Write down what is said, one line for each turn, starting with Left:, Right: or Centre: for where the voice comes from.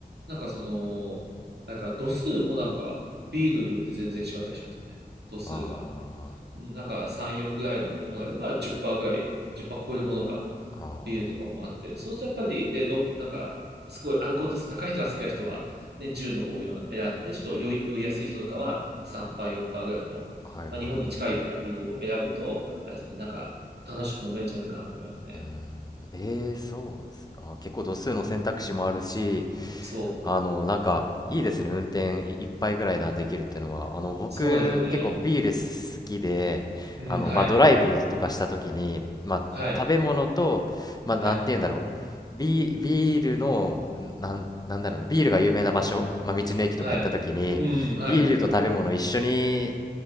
Right: なんかその、なんか度数もなんかビールによって全然違ったりしますよね。度数が。
Left: あ、
Right: なんか3、4ぐらいのものであれば10%ぐらい、10%超えるものか、
Left: ああ、
Right: ビールとかもあって、
Left: あ
Right: そうするとやっぱり、で、の、なんか、すごいアルコール度数高い人が好きな人は、ね、10の方を選んで、ちょっと酔い、酔いやすい人とかは3%、4%ぐらいの、
Left: あ、はいはいは
Right: まあ、日本に近いようなビールを選ぶと、あれですよね、なんか楽しく飲めるんじゃないかなと思いますね。
Left: い。うーん、ええーそうですね。あー結構度数の選択肢もあるし、
Right: そ
Left: あの、なんか、いいですね。運転い一杯ぐらいな、できるっていうのは。あの、僕、
Right: う、そうなんですよね。
Left: 結構ビール好きで、
Right: うん、
Left: あの、
Right: はい、
Left: まあ、ドライブとかした時に、まあ、
Right: はい、
Left: 食べ物と、まあ、
Right: はい、
Left: なんて言うんだろう。ビ、ビールの、なん、なんだろうな、ビールが有名な場所、まあ、道の駅とか行った時に、
Right: はい。うん、はい、
Left: ビールと食べ物一緒に
Right: はい。